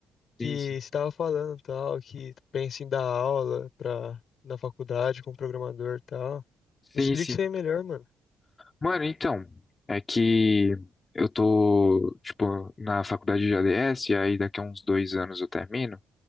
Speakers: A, on the left (about 60°); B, on the left (about 30°).
A: Que
B: Sim, sim.
A: você tava falando tal, que pensa em dar aula pra, na faculdade com programador e tal.
B: Sim,
A: Me explica
B: sim.
A: isso aí melhor, mano.
B: Mano, então, é que eu tô, tipo, na faculdade de ADS, e aí daqui a uns dois anos eu termino,